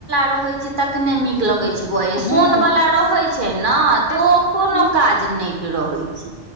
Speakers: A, on the right; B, on the left.
A: रहै छै तखने नीक लगै छै ब सोन
B: हँ
A: वला
B: अस
A: रहै छै ने तऽ
B: अस
A: कोनो काज नइ रहइ छै